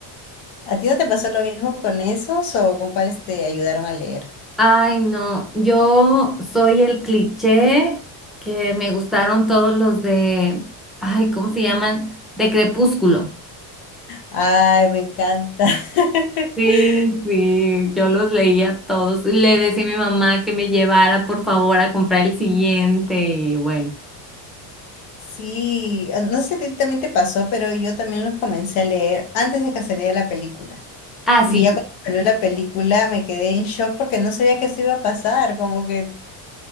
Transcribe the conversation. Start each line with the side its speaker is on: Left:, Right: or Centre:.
Left: ¿A ti no te pasó lo mismo con esos o con cuáles te ayudaron a leer?
Centre: Ay, no, yo soy el cliché que me gustaron todos los de, ay, ¿cómo se llaman? De Crepúsculo.
Left: Ay, me encanta.
Centre: Sí,
Left: <laughs>
Centre: sí, yo los leía todos. Le decía a mi mamá que me llevara, por favor, a comprar el siguiente y bueno.
Left: Sí, eh, no sé si a ti también te pasó, pero yo también los comencé a leer antes de que saliera la película.
Centre: Ah sí.
Left: Y ya cuando salió la película me quedé en shock porque no sabía que eso iba a pasar, como que